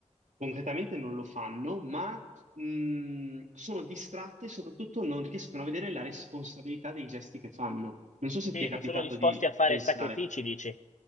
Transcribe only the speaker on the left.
Sì,
non sono disposti
a fare
sacrifici, dici?